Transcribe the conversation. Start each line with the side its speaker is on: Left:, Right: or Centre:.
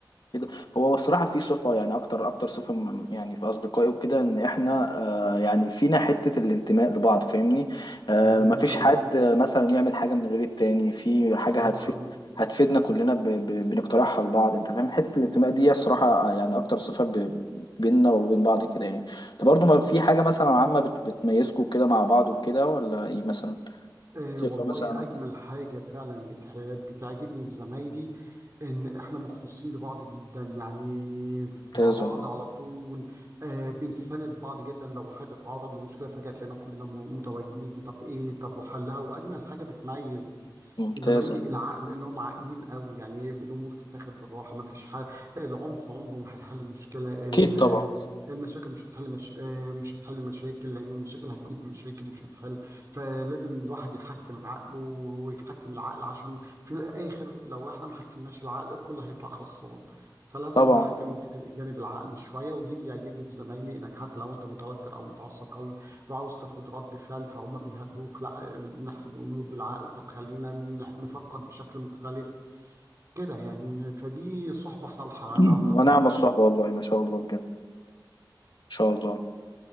Left: كده هو بصراحة في صفة يعني أكتر أكتر صفة م- يعني في أصدقائي وكده إن إحنا آه يعني فينا حتة الانتماء لبعض فاهمني آه
Right: جميله
Left: مفيش
Right: قوي
Left: حد آه، مثلا يعمل حاجة من غير التاني في حاجة
Right: حلوه
Left: هتفيد
Right: قوي
Left: هتفيدنا كلنا ب... ب... بنقترحها لبعض أنت فاهم حتة الانتماء دي الصراحة آه، يعني أكتر صفة ب... بيننا وبين بعض كده يعني أنت برضو ما في حاجة مثلا عامة بت... بتميزكوا كده مع بعض وكده ولا إيه مثلا
Right: آه
Left: صفة
Right: والله
Left: مثلا
Right: أجمل حاجة فعلا بتح- بتعجبني في زمايلي إن إحنا مخلصين لبعض جدا يعني
Left: ممتاز
Right: مع بعض
Left: ولا
Right: على طول آه بنساند بعض جدا لو حد اتعرض لمشكلة فجأة تلاقينا كلنا م- متواجدين طب إيه طب وحلها وأجمل حاجة بتميز
Left: ممتاز
Right: زمايلي
Left: ولا
Right: العقل انهم عاقلين قوي يعني إيه الامور تتاخد بالراحه ما فيش حل العنف عمره ما هيحل مشكله ال-
Left: أكيد طبعا
Right: المشاكل مش هتحل مش... آه، مش هتحل مشاكل لان المشاكل هتجيب مشاكل مش هتحل فلازم الواحد يحكم عقله ويحكم العقل عشان في الاخر لو احنا ما حكمناش العقل الكل هيطلع خسران فلازم
Left: طبعا
Right: تحكم جانب جانب العقل شويه ودي بيعجبني في زمايلي انك حتى لو انت متوتر او متعصب قوي وعاوز تاخد رد فعل فهم بيهدوك لا نحسب الامور بالعقل طب خلينا ن- نفكر بشكل مختلف كده يعني فدي صحبه صالحه
Left: <clears throat>
Right: انا اعتقد
Left: ونعم
Right: كده
Left: الصحبة
Right: الصحبه
Left: والله ما شاء الله بجد ان شاء الله